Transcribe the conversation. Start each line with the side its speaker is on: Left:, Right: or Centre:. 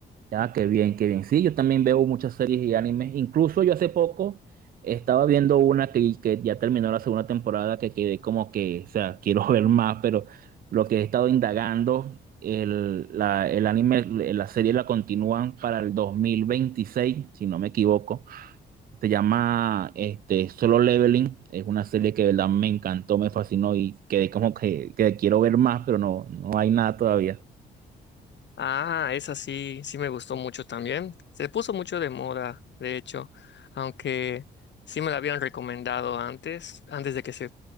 Right: Ya, qué bien, qué bien. Sí, yo también veo muchas series y animes. Incluso yo hace poco estaba viendo una que, que ya terminó la segunda temporada, que quedé como que, o sea, quiero <laughs> ver más, pero lo que he estado indagando, el, la, el anime, la serie la continúan para el 2026, si no me equivoco. Se llama este, Solo Leveling. Es una serie que de verdad me encantó, me fascinó y quedé como que, que quiero ver más, pero no, no hay nada todavía.
Left: Ah, esa sí, sí me gustó mucho también. Se puso mucho de moda, de hecho, aunque sí me la habían recomendado antes, antes de que se,